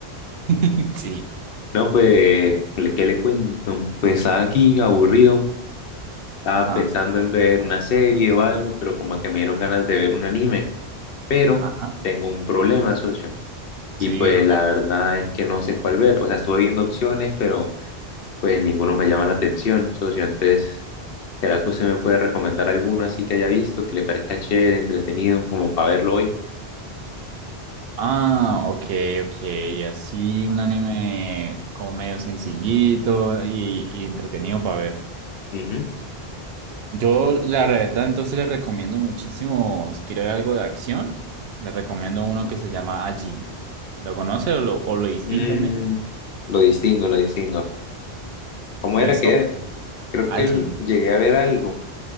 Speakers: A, on the right; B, on the left.
A: <laughs> Sí,
B: No, pues, ¿le- ¿qué le cuento? Pues estaba aquí aburrido, estaba
A: Ajá,
B: pensando en ver una serie o algo, pero como que me dieron ganas de ver un anime, pero
A: ajá,
B: tengo un problema, socio, y
A: sí,
B: pues
A: qué problema.
B: la verdad es que no sé cuál ver, o sea, estuve viendo opciones, pero pues ninguno me llama la atención, socio, entonces, ¿será que usted me puede recomendar alguno así que haya visto, que le parezca chévere, entretenido, como para verlo hoy?
A: ah, ok, ok, así un anime como medio sencillito y, y entretenido para ver.
B: Ujú.
A: Yo, la verdad, entonces les recomiendo muchísimo, si quiere ver algo de acción, les recomiendo uno que se llama Ajin. ¿Lo conoce o lo, o lo distingue
B: Mm,
A: al menos?
B: lo distingo, lo distingo. ¿Cómo
A: Es
B: era que
A: sobre
B: era? Creo
A: Ajin.
B: que l- llegué a ver algo,